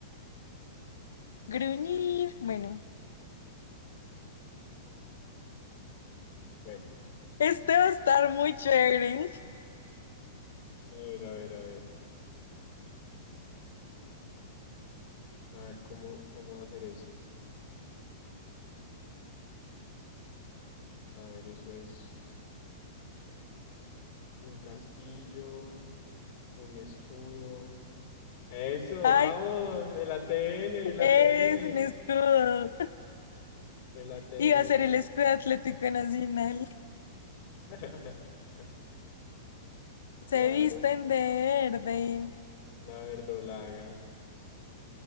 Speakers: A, on the left; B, on the left.
A: gruñir, bueno.
B: Bueno,
A: Este va a estar muy chévere.
B: a ver, a ver, a ver. A ver, ¿cómo, cómo hacer eso? A ver, eso es un castillo, un escudo. Eso,
A: Ay,
B: vamos, el ATN, el
A: es
B: ATN,
A: un escudo.
B: el ATN.
A: Iba a ser el escudo Atlético Nacional.
B: <laughs>
A: Se
B: Claro,
A: visten de verde.
B: la verdolaga.